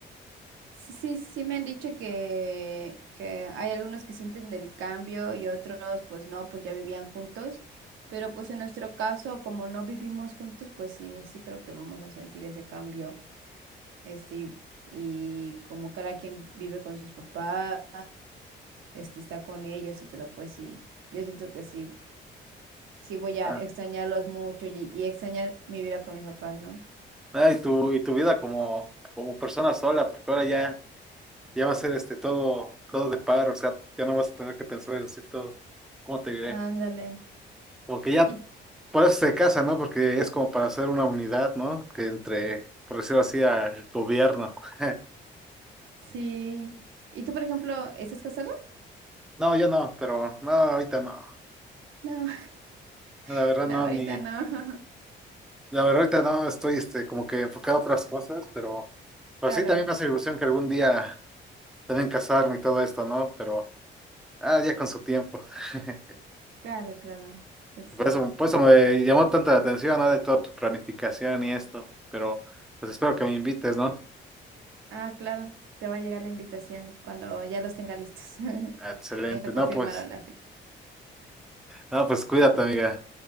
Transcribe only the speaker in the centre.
ah,
ah, y tu, y tu vida como, como persona sola, porque ahora ya, ya va a ser este todo, todo de par, o sea, ya no vas a tener que pensar en decir todo, ¿cómo te diré?
Como que ya,
por eso se casa, ¿no? Porque es como para hacer una unidad, ¿no? Que entre, por decirlo así, al gobierno. <laughs>
No, yo no, pero no, ahorita no.
La
verdad
no,
ni.
La verdad, ahorita no estoy este, como que enfocado a otras cosas, pero, pero
sí también
me hace ilusión que algún día también casarme y todo esto, ¿no? Pero ah, ya con su tiempo. <laughs>
Y
Por eso, por eso me llamó tanta la atención, ¿no? De toda tu planificación y esto. Pero pues espero que me invites, ¿no?
Ah, Excelente.
No, pues,
no, pues cuídate, amiga.